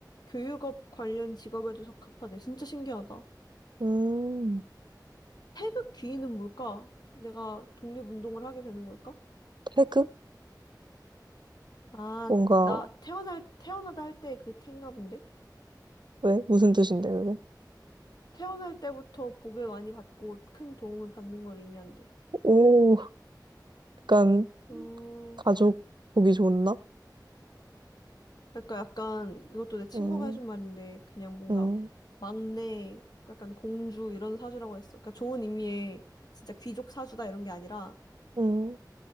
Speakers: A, on the left; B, on the right.
A: 교육업 관련 직업에도 적합하대. 진짜 신기하다.
B: 음,
A: 태극 귀인은 뭘까? 내가 독립운동을 하게 되는 걸까?
B: 태극?
A: 아,
B: 뭔가,
A: 나 태어날, 태어나다 할 때 그 텐가 본데?
B: 왜? 무슨 뜻인데, 그게?
A: 태어날 때부터 복을 많이 받고 큰 도움을 받는 걸 의미한대.
B: 오, 약간
A: 어,
B: 가족 보기 좋나?
A: 그러니까 약간 이것도 내 친구가
B: 음,
A: 해준 말인데 그냥 뭔가
B: 음,
A: 막내, 약간 공주 이런 사주라고 했어. 그러니까 좋은 의미의 진짜 귀족 사주다 이런 게 아니라
B: 음.